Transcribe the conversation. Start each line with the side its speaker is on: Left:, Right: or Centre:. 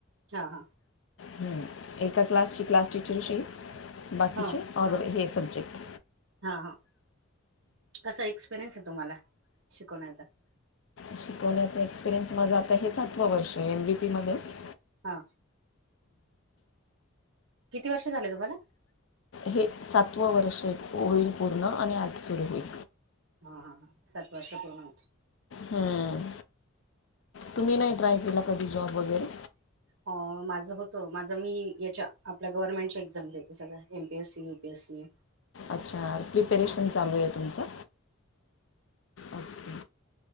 Right: हा हा
Left: ् एका क्लासची क्लास टीचरशी बाकीचे
Right: हा
Left: ऑदर हे सब्जेक्ट
Right: हा हा असा एक्सपिरियन्स आहे तुम्हाला शिकवण्याचा
Left: शिकवण्याचा एक्सपिरियनस माझा आता हे सातवा वर्ष एमबीपी मध्येच
Right: हा किती वर्ष झाले तुम्हाला
Left: हे सातवं वर्ष होईल पूर्ण आणि आज सुरू होईल.
Right: हा, हा, हा. सात वर्ष पूर्ण होत
Left: हम्म. तुम्ही नाही ट्राय केला कधी? जॉब वगैरे
Right: अ, माझं होत माझ मी याच्या आपल्या गव्हर्नमेंटच्या एक्झाम देते सगळ्या एमपीएससी, युपीएससी
Left: अच्छा! प्रिपेरेशन चालू आहे तुमचं? ओके.